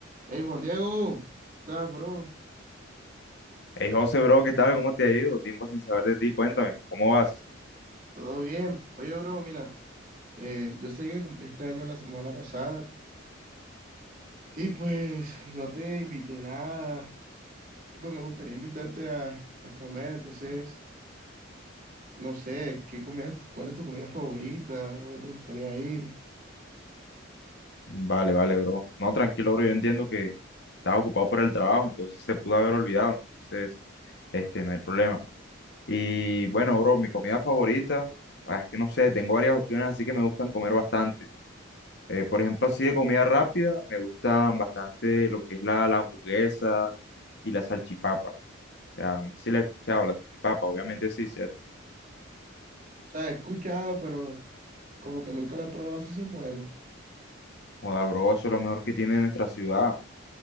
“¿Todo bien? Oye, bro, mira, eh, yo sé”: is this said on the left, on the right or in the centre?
Right